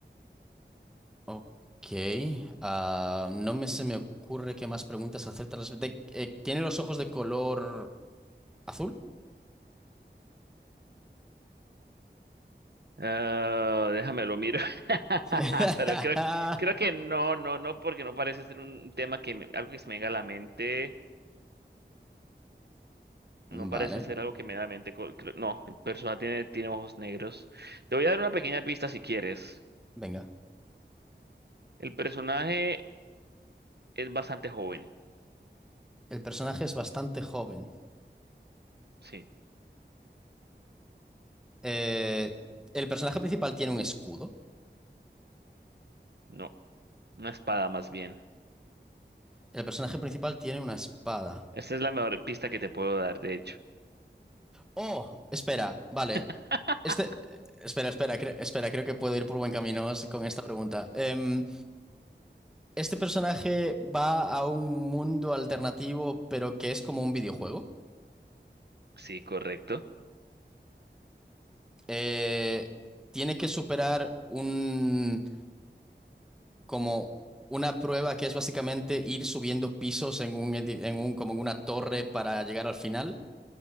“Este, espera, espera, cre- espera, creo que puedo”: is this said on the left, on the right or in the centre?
Centre